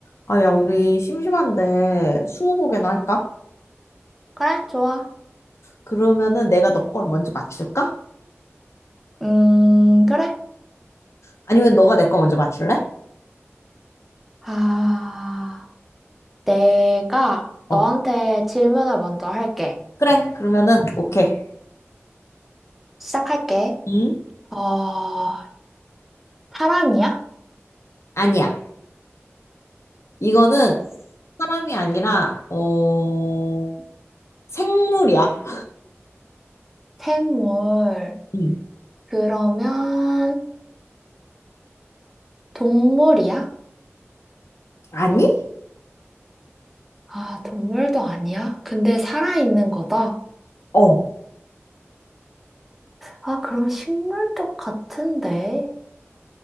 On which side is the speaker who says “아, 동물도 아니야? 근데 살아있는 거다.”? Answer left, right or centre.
Centre